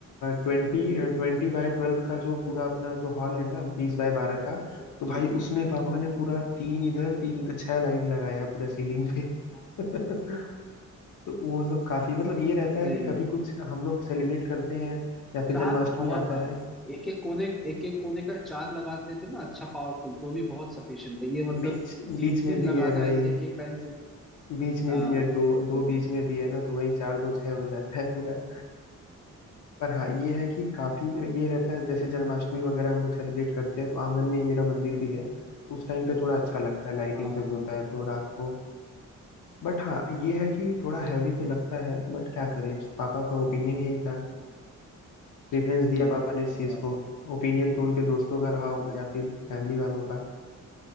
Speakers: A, on the left; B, in the centre.
A: ट्वेंटी ट्वेंटी बाय ट्वेल्व का जो पूरा अपना जो हॉल है ना बीस बाय बारह का
B: हम्म,
A: तो भाई उसमें पापा ने
B: हम्म।
A: पूरा तीन इधर तीन इधर छह लाइट लगाया है पूरा सीलिंग पे <laughs> तो वो सब काफी मतलब ये रहता है
B: नहीं
A: कि कभी कुछ हम लोग सेलिब्रेट करते हैं या फिर
B: चार
A: जन्माष्टमी
B: बहुत
A: आता
B: था
A: है
B: एक एक कोने एक एक कोने का चार लगा देते ना अच्छा पावरफुल तो भी बहुत सफिशियंट है ये मतलब
A: बीच
B: तीन
A: बीच में
B: तीन
A: भी
B: लगाना
A: है भाई
B: ऐसे एक एक लाइन से
A: बीच में
B: हाँ
A: भी है
B: मतलब
A: दो दो बीच में भी है ना तो वही चार दो छह हो जाता है पूरा पर हाँ ये है कि काफी ये रहता है जैसे जन्माष्टमी वगैरह हम लोग सेलिब्रेट करते हैं तो आंगन में ही मेरा मंदिर भी है तो उस टाइम पे थोड़ा अच्छा लगता है लाइटिंग
B: हाँ
A: जब होता है तो रात को बट हाँ ये है कि थोड़ा हैवी तो लगता है बट क्या करें पापा का ओपिनियन यही था प्रेफरेंस
B: हम्म
A: दिया पापा ने
B: वही
A: इस चीज
B: बात
A: को
B: है
A: ओपिनियन तो उनके दोस्तों का रहा होगा
B: हम्म।
A: या फिर फैमिली वालों का